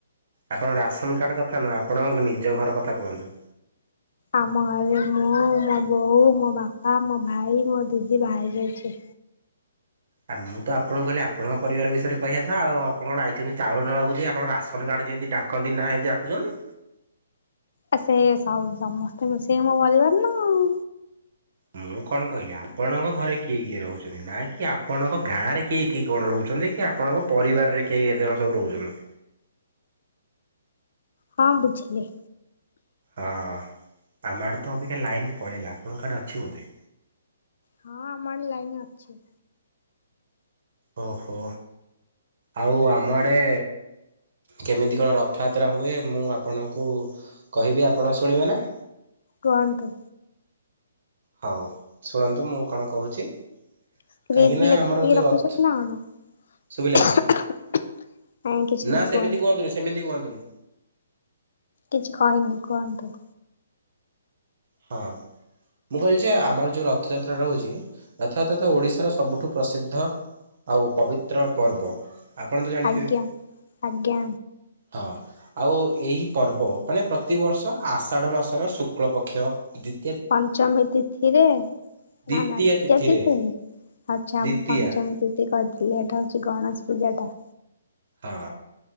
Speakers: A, on the right; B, on the left.
A: ଆପଣଙ୍କ ରାସନ କାର୍ଡ଼ କଥା ନୁହେଁ ଆପଣଙ୍କ ନିଜ ଘର କଥା କୁହନ୍ତୁ?
B: ଆମ ଘରେ ମୁଁ, ମୋ ବୋଉ, ମୋ ବାପା, ମୋ ଭାଇ, ମୋ ଦିଦି ବାହା ହେଇଯାଇଛି।
A: ଆ ମୁଁ ତ ଆପଣଙ୍କୁ କହିଲି ଆପଣଙ୍କ ପରିବାର ବିଷୟରେ କହିବାଥା ଆଉ ଆପଣ କଣ ଆଇଛନ୍ତି ଚାଉଳ ନବାକୁ ଯେ ଆପଣ ରାସନ କାର୍ଡ ଯେମିତି ଡା କଣ ଦିନରେ ହେମିତି ଆଖୁଛନ୍ତି?
B: ଆ, ସେ, ସମ୍ ସମସ୍ତେ ମିଶିକି ମୋ ପରିବାର ନା ଆଉ।
A: ମୁଁ କଣ କହିଲି ଆପଣଙ୍କ ଘରେ କିଏ କିଏ ରହୁଛନ୍ତି ନାଁ କି ଆପଣଙ୍କ ଗାଁରେ କିଏ କି କଣ ରହୁଛନ୍ତି କି ଆ ଆପଣଙ୍କ ପରିବାରରେ କେଇ କେତେଜଣ ସବୁ ରହୁଛନ୍ତି?
B: ହଁ ବୁଝିଲି।
A: ଅ, ଆମଆଡ଼େ ତ ଅବିକା ଲାଇନ୍ ପଳେଇଲା, ଆପଣଙ୍କ ଆଡ଼େ ଅଛି ବୋଧେ?
B: ହଁ ଆମଆଡ଼େ ଲାଇନ୍ ଅଛି।
A: ଓହୋ, ଆଉ ଆମ ଆଡ଼େ କେମିତି କଣ ରଥଯାତ୍ରା ହୁଏ ମୁଁ ଆପଣଙ୍କୁ କହିବି ଆପଣ ଶୁଣିବେ ନା?
B: କୁହନ୍ତୁ?
A: ହଉ ଶୁଣନ୍ତୁ ମୁଁ କଣ କହୁଛି।
B: ସ୍କ୍ରିପ୍ଟ
A: କାହିଁକି ନା
B: ଲେଖିକି
A: ଆମର ଯୋଉ
B: ରଖିଛନ୍ତି
A: ରଥ
B: ନା କଣ?
A: ଶୁଭିଲାନି
B: ନାଇଁ କିଛି
A: ନା
B: ନାହିଁ
A: ସେମିତି
B: କୁହନ୍ତୁ?
A: କୁହନ୍ତୁନି ସେମିତି କୁହନ୍ତୁନି।
B: କିଛି କହିନି କୁହନ୍ତୁ?
A: ହଁ ମୁଁ କହିଲି ଯେ ଆମର ଯୋଉ ରଥଯାତ୍ରା ରହୁଛି, ରଥଯାତ୍ରା ତ ଓଡ଼ିଶାର ସବୁଠୁ ପ୍ରସିଦ୍ଧ। ଆଉ ପବିତ୍ର ପର୍ବ, ଆପଣ ତ ଜାଣିଥିବେ?
B: ଆଜ୍ଞା। ଆଜ୍ଞା
A: ହଁ, ଆଉ ଏହି ପର୍ବ ମାନେ ପ୍ରତିବର୍ଷ ଆଷାଢ଼ ମାସର ଶୁକ୍ଳପକ୍ଷ <unintelligible>
B: ପଞ୍ଚମୀ ତିଥିରେ ନା,
A: ଦ୍ଵିତୀୟା
B: ନା
A: ତିଥିରେ
B: କେତେ ଶେଣୀ, ଆଚ୍ଛା
A: ଦ୍ଵିତୀୟା
B: ମୁ ପଞ୍ଚମ ତି ସେ ଗର୍ଜିଲାଟା ହଉଚି ଗଣେଶ ପୂଜାଟା।
A: ହଁ,